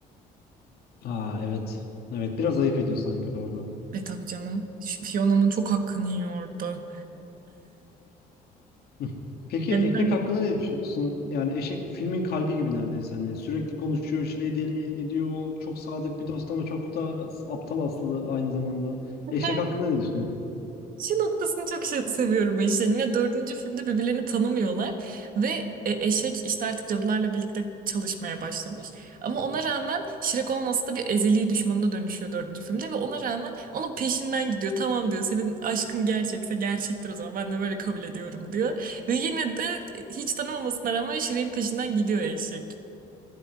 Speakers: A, on the left (about 65°); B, on the right (about 55°).
A: Aa evet. Evet biraz ayıp ediyor sanki orada.
B: E tabii canım Şu Fiona'nın çok hakkını yiyor orada.
A: Hı. Peki
B: Yani
A: Eşek
B: ben...
A: hakkında ne düşünüyorsun? Yani Eşek filmin kalbi gibi neredeyse hani sürekli konuşuyor, şireyi deli ediyor. Çok sadık bir dost ama çok da aptal aslında aynı zamanda.
B: <laughs>
A: Eşek hakkında ne düşünüyorsun?
B: Şu noktasını çok şey- seviyorum ben işin dördüncü filmde birbirlerini tanımıyorlar ve e, eşek işte artık cadılarla birlikte çalışmaya başlamış. Ama ona rağmen Shrek onun aslında bir ezeli düşmanına dönüşüyor dördüncü filmde ve ona rağmen onun peşinden gidiyor. Tamam diyor senin aşkın gerçekse gerçektir o zaman ben de böyle kabul ediyorum diyor. Ve yine de e, hiç tanımamasına rağmen Shrek'in peşinden gidiyor eşek.